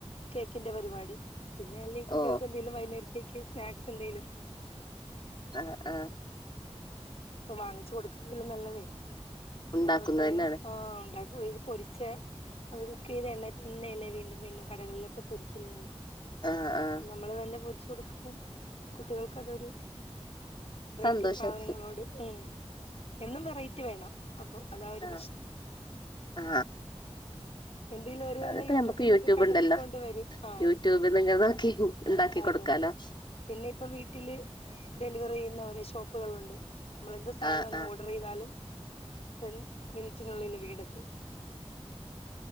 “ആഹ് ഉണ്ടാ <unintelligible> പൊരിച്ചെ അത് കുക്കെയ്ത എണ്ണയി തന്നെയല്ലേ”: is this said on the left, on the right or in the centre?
Left